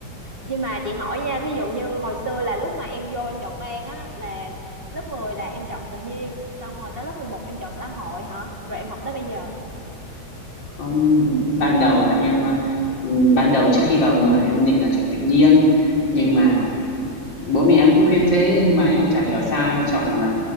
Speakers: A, on the right; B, on the left.
A: nhưng mà chị hỏi nha thí dụ như hồi xưa là lúc mà em vô em chọn ban á là lớp 10 là em chọn tự nhiên xong rồi tới lớp 11 em chọn xã hội hả rồi em học tới bây giờ
B: Không, ban đầu là em ờ, ừ, ban đầu trước khi vào 10 em định là chọn tự nhiên
A: ừ
B: nhưng mà bố mẹ em cũng khuyên thế nhưng mà em chả hiểu
A: ừ
B: sao em chọn ờ,